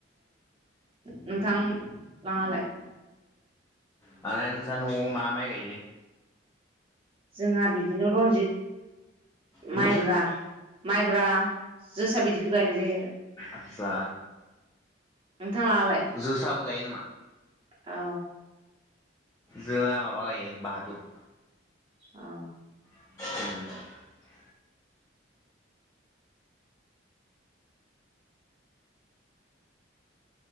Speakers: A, on the right (about 25°); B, on the left (about 15°).
A: नोंथां लांङालाय?
B: माने नोंसा न'आव मा माइ गाइयोलोय?
A: जोंहा बिदिनो रनजित
B: होम
A: माइब्रा-माइब्रा जोसा बिदिखौ गायनाय जायो आरो
B: आस्सा
A: नोंथां लाङालाय
B: जोसाबो गायो नामा?
A: औ।
B: जोंहा माबा गायो बाहादुर।
A: अ
B: <inaudible>